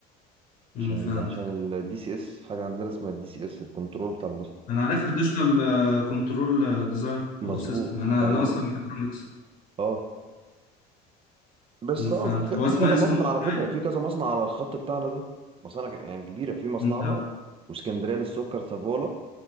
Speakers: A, on the left (about 50°); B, on the right (about 30°).
A: امم
B: عشان
A: فهمتك
B: عشان الدي سي اس حاجة عندنا اسمها الدي سي اس الكنترول بتاع المصنع
A: انا عارف اديشنال كنترول ديزاين او
B: مظبوط
A: سيستم انا
B: ايوه
A: انا اصلا ميكاترونكس
B: اه بس طبعا
A: فهمت
B: في
A: هو
B: في
A: اسمها
B: كذا
A: اسم
B: مصنع
A: المقطع
B: على فكره
A: ايه
B: في كذا مصنع على الخط بتاعنا ده مصانع ك- يعني كبيره في مصنعنا
A: أمم، فهمت
B: واسكندريه للسكر سافولا